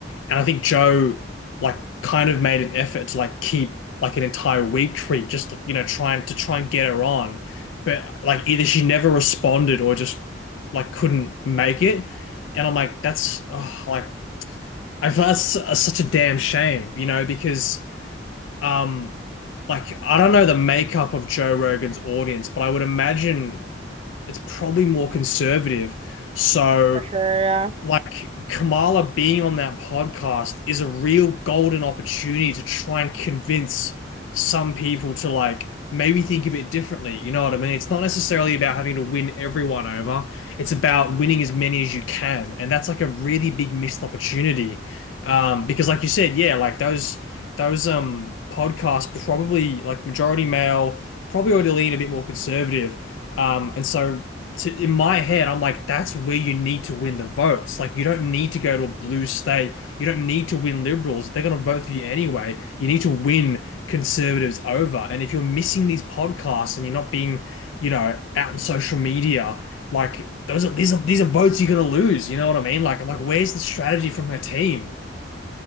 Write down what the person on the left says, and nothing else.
and I think Joe like kind of made an effort to like keep like an entire week free, just you know trying to try and get her on, but like either she never responded or just like couldn't make it, and I'm like that's oh, like I feel like that's such a damn shame, you know, because um like I don't know the makeup of Joe Rogan's audience, but I would imagine it's probably more conservative. So
like Kamala being on that podcast is a real golden opportunity to try and convince some people to like maybe think a bit differently. You know what I mean? It's not necessarily about having to win everyone over. It's about winning as many as you can. And that's like a really big missed opportunity. Um, because like you said, yeah, like those those um podcasts probably like majority male, probably already lean a bit more conservative. Um, and so to in my head, I'm like, that's where you need to win the votes. Like, you don't need to go to a blue state. You don't need to win liberals. They're going to vote for you anyway. You need to win conservatives over. And if you're missing these podcasts and you're not being, you know, out on social media, like those are these are these are votes you're going to lose. You know what I mean? Like, I'm like, where's the strategy from her team?